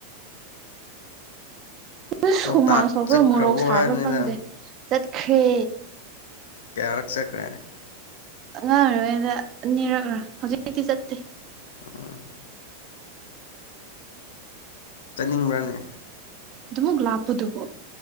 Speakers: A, on the right; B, on the left.
A: ꯎꯁ
B: ꯂꯣꯛꯇꯥꯛ
A: ꯁꯨꯃꯥꯡ ꯁꯧꯄ꯭ꯔꯥ
B: ꯆꯠꯈ꯭ꯔꯕꯣ
A: ꯃꯣꯔꯣꯛ ꯁꯥꯕ꯭ꯔꯥ
B: ꯍꯥꯏꯕꯅꯤꯅ
A: ꯈꯪꯗꯦ ꯆꯠꯈ꯭ꯔꯦ
B: ꯀꯌꯥꯔꯛꯆꯠꯈ꯭ꯔꯦ
A: ꯑꯉꯥꯡ ꯑꯣꯏꯔꯤꯉꯩꯗ ꯑꯅꯤꯔꯛꯂꯥ ꯍꯧꯖꯤꯛꯇꯤ ꯆꯠꯇꯦ
B: ꯑꯝ ꯆꯠꯅꯤꯡꯕ꯭ꯔꯅꯦ
A: ꯑꯗꯨꯃꯛ ꯂꯥꯞꯄꯗꯨꯕꯨ